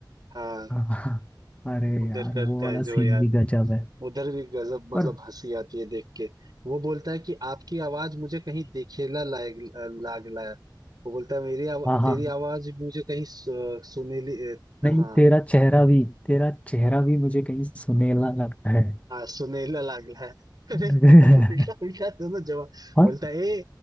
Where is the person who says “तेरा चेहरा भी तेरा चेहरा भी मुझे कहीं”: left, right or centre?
Left